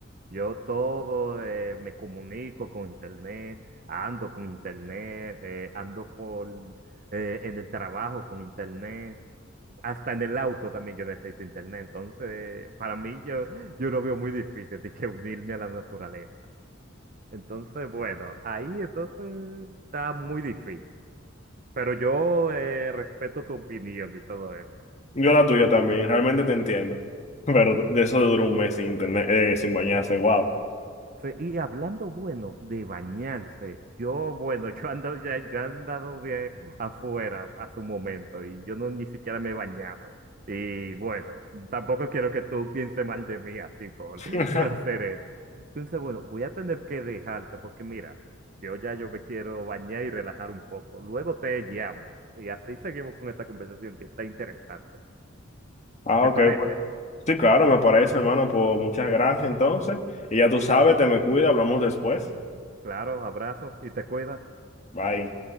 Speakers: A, on the right; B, on the left.
A: yo todo eh, me comunico con internet, ando con internet, eh, ando por eh, en el trabajo con internet, hasta en el auto también yo necesito internet, entonces para mí yo, yo lo veo muy difícil de que unirme a la naturaleza. Entonces, bueno, ahí entonces está muy difícil. Pero yo eh, respeto tu opinión y todo eso.
B: Yo la tuya también, realmente te entiendo. <laughs> Pero de eso duró un mes sin internet, eh, sin bañarse, wow.
A: Sí, y hablando, bueno, de bañarse, yo, bueno, <laughs> yo ando, ya, yo he andado de afuera hace un momento y yo no ni siquiera me he bañado. Y bueno, tampoco quiero que tú pienses mal de mí así por,
B: <laughs>
A: <laughs> por hacer eso. Entonces, bueno, voy a tener que dejarte porque mira, yo ya yo me quiero bañar y relajar un poco. Luego te llamo y así seguimos con esta conversación que está interesante.
B: Ah,
A: ¿Te
B: ok,
A: parece?
B: pues sí, claro, me parece, hermano, pues muchas gracias entonces. Y ya tú sabes, te me cuida, hablamos después.
A: Claro, abrazos y te cuidas.
B: Bye.